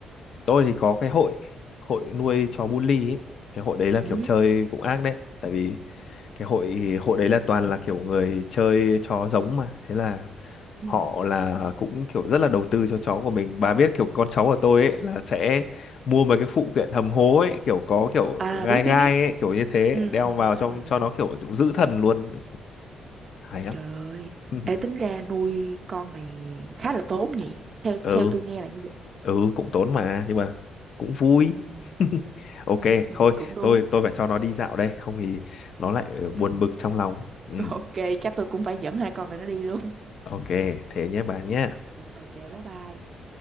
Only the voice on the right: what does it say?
Ừ.
Ừ.
À
biết
biết biết.
Ừ,
ừ,
ừ, ừ.
ừ.
Trời ơi.
Ê, tính ra nuôi con này khá là tốn nhỉ. theo theo
tôi nghe là như vậy
Ừ.
Ừ, ừ,
cũng đúng.
Ừ.
<laughs>
ok chắc tôi cũng phải dẫn hai con này nó đi luôn
Rồi, ok bye bye